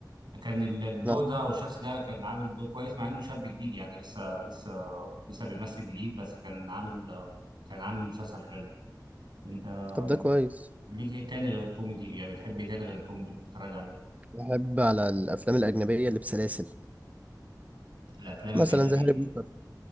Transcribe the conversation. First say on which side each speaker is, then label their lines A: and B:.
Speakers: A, on the right; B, on the right.
A: كان ال- الدور
B: لا
A: ده او الشخص ده كان عامل دور كويس مع انه شاب جديد يعني لسه لسه لسه بيمثل جديد بس كان عامل كان عامل مسلسل حلو انت
B: طب ده
A: آم،
B: كويس
A: ليك ايه تاني غير الكوميدي يعني بتحب ايه تاني غير الكوميدي ممكن تتفرج عليه
B: بحب على الافلام الاجنبيه اللي بسلاسل
A: الافلام
B: مثلا
A: الجانبية
B: زي هاري بوتر